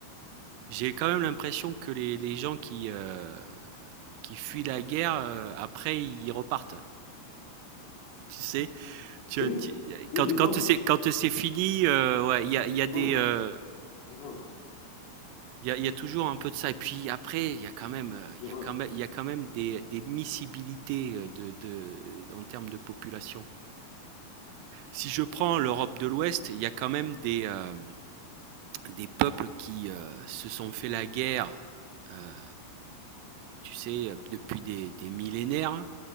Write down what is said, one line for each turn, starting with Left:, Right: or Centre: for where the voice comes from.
Right: j'ai quand même l'impression que les, les gens qui, euh, qui fuient la guerre, euh, après, ils repartent. Tu sais, tu, as-
Left: Oui,
Right: tu-
Left: oui,
Right: quand,
Left: il
Right: quand
Left: rentre,
Right: c'est, quand c'est fini, euh, ouais, il y a, il y
Left: il
Right: a des,
Left: rentre,
Right: euh,
Left: il rentre,
Right: il y a, il y a toujours un peu de ça. Et puis après, il y a quand même, euh, il
Left: il
Right: y
Left: rentre.
Right: a quand même, il y a quand même des, des miscibilités euh, de, de, en termes de population. Si je prends l'Europe de l'Ouest, il y a quand même des, euh, des peuples qui euh, se sont fait la guerre, euh, tu sais, depuis des, des millénaires,